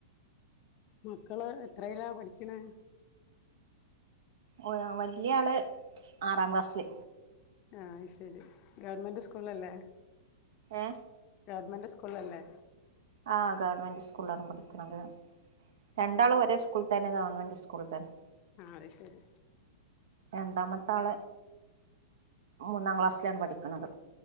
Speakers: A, on the left; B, on the right.
A: മക്കള് എത്രയിലാ പഠിക്കണേ
B: ഒര് വലിയാള് ആറാം ക്ലാസില്
A: ആഹ് ശരി ഗവൺമെൻറ് സ്കൂളല്ലെ
B: ഏ
A: ഗവൺമെൻറ് സ് കൊള്ളാല്ലേ
B: ആഹ് ഗവണ്മെന്റ് സ്കൂളിലാണ് പഠിക്കണത് രണ്ടാളും ഒരെ സ്കൂൾ തന്നെ ഗവൺമെന്റ് സ്കൂളിൽ തന്നെ
A: അഹ് ശരി
B: രണ്ടാമത്തെ അൾ മൂന്നാം ക്ലാസിലാണ് പഠിക്കുന്നത്